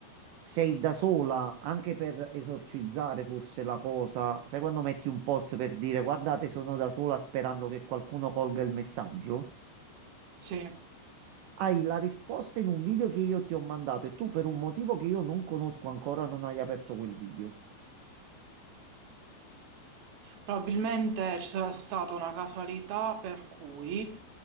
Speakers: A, on the right (about 75°); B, on the right (about 60°).
A: sei da sola anche per esorcizzare forse la cosa. Sai quando metti un post per dire guardate, sono da sola sperando che qualcuno colga il messaggio?
B: Sì,
A: Hai la risposta in un video che io ti ho mandato e tu per un motivo che io non conosco ancora non hai aperto quel video.
B: probabilmente ci sarà stata una casualità per cui